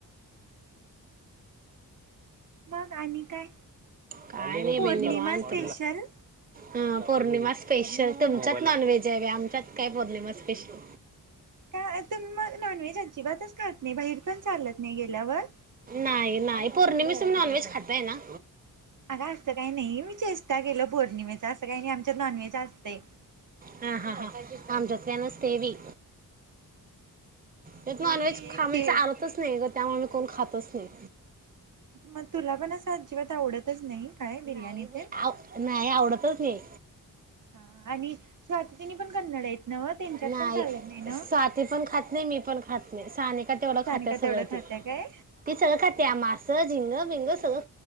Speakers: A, on the right; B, on the right.
A: मग आणि काय
B: काय नाही
A: पौर्णिमा
B: बाई निवांत
A: स्पेशल
B: हां पौर्णिमा स्पेशल तुमच्यात नॉनव्हेज हाय बाई आम च्यात काय पौर्णिमा स्पेशल
A: काय तुम्ही मग नॉनव्हेज अजिबातच खात नाही बाहेर पण चालत नाही गेल्यावर
B: नाई, नाई पौर्णिमेच पण नॉनव्हेज खातय ना
A: अग असं काय नाही मी चेश्टा केलं पौर्णिमेचा असं काय नाही आमच्यात नॉनव्हेज असतय
B: हा हा आमच्यात काय नसतय बाई त्यात
A: मी
B: नॉनव्हेज खाल
A: एकटी
B: तर चालतच नाही ग त्यामुळे- आम्ही कोण खातस नाही.
A: मग तुला पण असं अजिबात आवडतच नाही काय बिर्याणी
B: नाही
A: तेन?
B: बाई आव नाही आवडत तूच ये
A: आ आणि स्वातीनी पण कन्नड आहेत नव्ह त्यांच्यात
B: नाही
A: पण चालत नाही नव्ह
B: स्वाती पण खात नाही मी पण खात ना ही सानी का तेवढ
A: सानिका
B: खातिया सगळं
A: तेवढं खात्या
B: ती
A: काय
B: ती सगळं खातिया मास झिंग ग सगळ